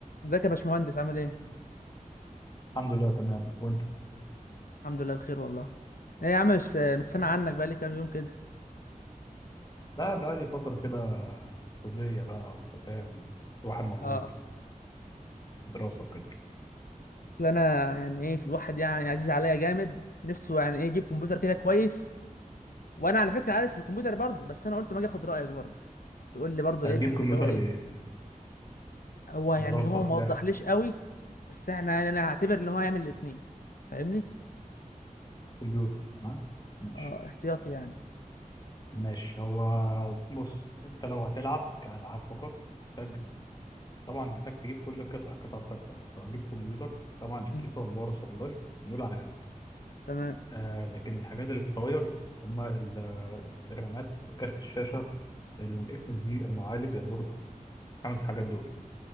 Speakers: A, on the left; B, on the left.
A: ازيك يا باشمهندس عامل ايه؟
B: الحمد لله تمام وانت
A: الحمد لله بخير والله. ايه يا عم مش مش سامع عنك بقالي كام يوم كده.
B: لا بقى لي فتره كده كليه بقى انت فاهم الواحد مضغوط
A: اه
B: دراسه وكده
A: اصل انا يعني ايه في الواحد يعني عزيز عليا جامد نفسه يعني ايه يجيب كمبيوتر كده كويس وانا على فكره عارف في الكمبيوتر برضه بس انا قلت ما اجي اخد رايك برضه تقول لي برضه
B: هجيب
A: ايه الحاجات
B: كمبيوتر
A: اللي هو ايه
B: لايه
A: هو يعني
B: دراسه
A: هو ما
B: لعب
A: وضحليش قوي بس احنا يعني انا هعتبر ان هو هيعمل الاثنين فاهمني؟
B: كمبيوتر تمام ماشي
A: اه احتياطي يعني.
B: ماشي هو بص انت لو هتلعب كالعاب فقط محتاج طبعا محتاج تجيب كل القطع القطع الثابته لو هتجيب كمبيوتر طبعا الكيسه
A: مم.
B: والباور سبلاي دول على جنب
A: تمام
B: آه لكن الحاجات اللي بتتغير هما ال- الرامات كارت الشاشه الاس اس دي المعالج البورده خمس حاجات دول